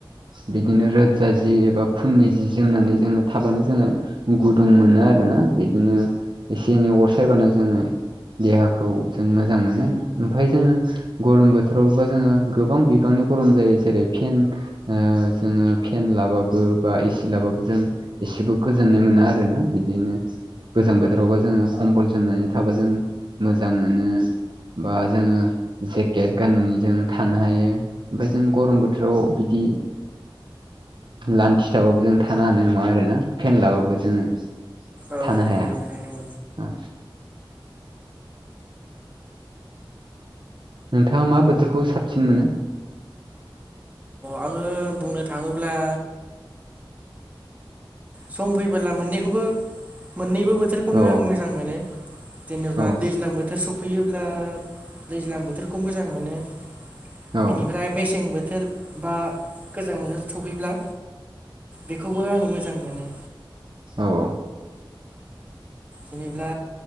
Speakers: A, on the right (about 60°); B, on the right (about 20°).
A: बिदिनो रोजा जि एबा खुननि जि जोमनानै जोङो थाबानो जोङो गुदुं मोनो आरोना बिदिनो एसे एनै अरसायबानो जोङो देहाखौ जों मोजां मोनो ओमफ्राय जोङो गरम बोथोरावबा जोङो गोबां बिबांनि गरम जायो जेरै फेन ओ जोङो फेन लाबाबो बा एसि लाबाबो जों एसेबो गो गोजोननाय मोना आरोना बिदिनो गोजां बोथोरावबो जोङो कमबल जोमनानै थाबा जों मोजां मोनो बा जोङो जेकेट गाननानै जों थानो हायो ओमफफ्राय जों गरम बोथोराव बिदि लान्थि थाबाबो जों थानो हानाय नङा आरोना फेन लाबाबो जोङो
B: औ
A: थानो
B: नंगौ
A: हाया
B: नोंथां औ
A: औ नोंथाङा मा बोथोरखौ साबसिन मोनो
B: आङो बुंनो थाङोब्ला सम फैबोला मोननैखौबो मोननैबो बोथोरखौनो
A: औ
B: आं मोजां मोनो जेनेबा
A: औ
B: दैज्लां बोथोर बोथोर सफैयोब्ला दैज्लां बोथोरखौ मोजां मोनो
A: औ
B: बेनिफ्राय मेसें बोथोर बा गोजां बोथोर सफैब्ला बेखौ बो आङो मोजां मोनो
A: औ
B: जेनेबा